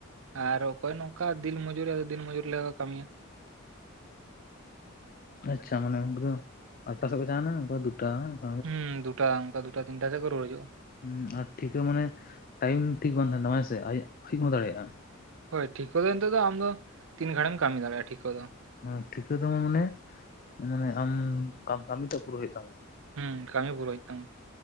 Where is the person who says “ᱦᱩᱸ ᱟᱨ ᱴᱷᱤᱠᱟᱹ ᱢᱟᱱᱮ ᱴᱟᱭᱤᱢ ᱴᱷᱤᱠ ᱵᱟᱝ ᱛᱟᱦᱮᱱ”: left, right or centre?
Left